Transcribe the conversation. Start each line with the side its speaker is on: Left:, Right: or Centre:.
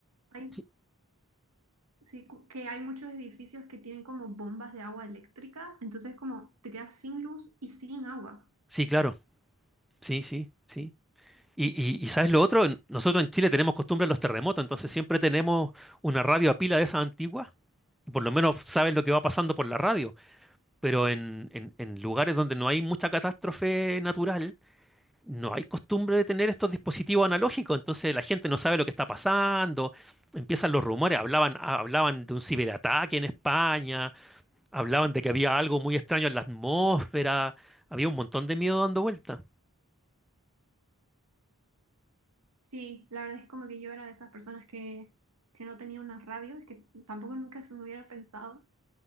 Right: Hay,
Centre: sí,
Right: Sí, cu- que hay muchos edificios que tienen como bombas de agua eléctrica, entonces como te quedas sin luz y sin agua.
Centre: sí, claro, sí, sí, sí. Y, y, y ¿sabes lo otro? En- Nosotros en Chile tenemos costumbre de los terremotos, entonces siempre tenemos una radio a pila de esas antiguas, y por lo menos sabes lo que va pasando por la radio, pero en, en en lugares donde no hay mucha catástrofe natural, no hay costumbre de tener estos dispositivos analógicos, entonces la gente no sabe lo que está pasando, empiezan los rumores, hablaban, hablaban de un ciberataque en España, hablaban de que había algo muy extraño en la atmósfera, había un montón de miedo dando vuelta.
Right: Sí, la verdad es como que yo era de esas personas que, que no tenía una radio, es que tampoco nunca se me hubiera pensado,